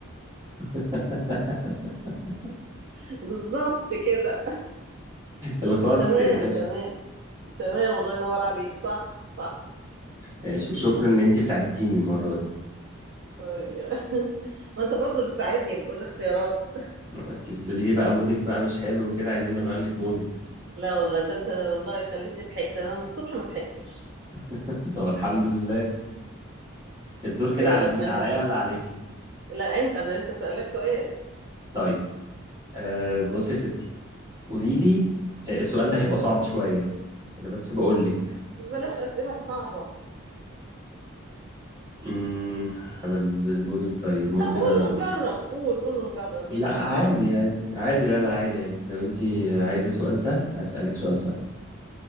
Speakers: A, on the right; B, on the right.
A: <laughs>
B: <laughs> بالظبط كده
A: الخاص
B: تمام
A: يا باشا
B: تمام تمام الله ينور عليك صح صح
A: ماشي وشكرا ان انت ساعدتيني المرة دي
B: <laughs> ما انت برضو بتساعدني بتقول اختيارات
A: انت بتقولي لي بقى مودك بقى مش حلو وكده عايزين نغير لك مودك
B: لا والله ده انت والله خليتني ضحكت انا من الصبح ما ضحكتش
A: <laughs> طب الحمد لله الدور كده
B: يلا
A: على مين
B: اسألني
A: عليا
B: سؤال
A: ولا عليكي
B: لا انت انا لسه اسألك سؤال
A: طيب أه بصي يا ستي قولي لي آه، السؤال ده
B: مم.
A: هيبقى صعب شوية انا بس بقول لك
B: بلاش اسئلة صعبة
A: امم هبدلهولك طيب ممكن
B: طب قول
A: أ...
B: ونجرب قول قول ونجرب
A: لا
B: يمكن
A: عادي
B: اعرف
A: عادي عادي لا لا عادي عادي لو انت عايزة سؤال سهل هسألك سؤال سهل